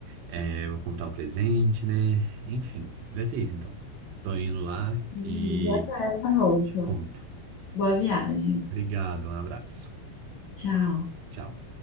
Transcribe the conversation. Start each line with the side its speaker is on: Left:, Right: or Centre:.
Right: É, eu vou comprar o presente, né? Enfim, vai ser isso então. Tô indo lá
Left: Hum,
Right: e
Left: Já tá na volta.
Right: te conto.
Left: Boa viagem.
Right: Obrigado, um abraço.
Left: Tchau.
Right: Tchau.